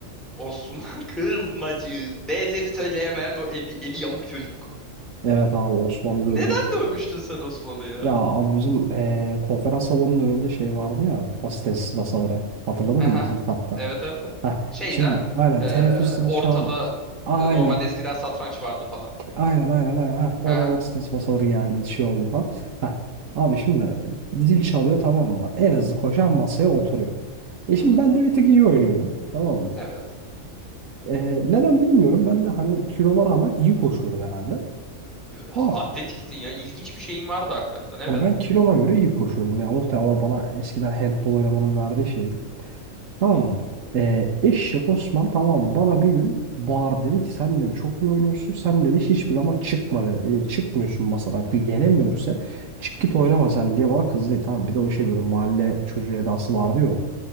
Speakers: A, in the centre; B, on the right.
A: Osman <laughs> Kızmacı. Belli bir söyleyemeyen o eli, eli yamuk çocuk.
B: Evet abi Osmanlı dövdü.
A: Neden dövmüştün sen Osman'ı ya?
B: Ya abi bizim eee, konferans salonunun önünde şey vardı ya asistensiz masalara. Hatırladın
A: Aha.
B: mı bizim katta?
A: Evet evet. evet.
B: Heh,
A: Şey
B: şimdi
A: de
B: aynen
A: e,
B: teneffüs zili
A: ortada
B: çaldı. Aynen
A: e, normalde eskiden satranç vardı falan.
B: aynen aynen aynen. Heh,
A: Aha.
B: oraya asistensiz masaları geldi şey oluyor falan. Heh, abi şimdi zil çalıyor tamam mı? En hızlı koşan masaya oturuyor. E şimdi
A: Hı hı.
B: ben de bir tık iyi oynuyorum tamam mı?
A: Evet.
B: Eee, neden bilmiyorum ben de hani kiloma rağmen iyi koşuyordum herhalde.
A: Ha-
B: Tamam.
A: Atletiktin ya. İlginç bir şeyin vardı hakikaten. Evet.
B: Hani ben kiloma göre iyi koşuyordum. Yani muhtemelen o bana eskiden handbol oynamanın verdiği şeydi. Tamam
A: Hı hı.
B: mı? Ee, eşek Osman tamam mı? bana bir gün bağır dedi ki sen dedi çok iyi oynuyorsun. Sen dedi hiçbir zaman çıkma dedi. E, çıkmıyorsun masadan. Yenemiyoruz ya. Çık git oynama sen diye bana kızdı. E, Tamam bir de o şey böyle mahalle çocuğu edası vardı ya. onun.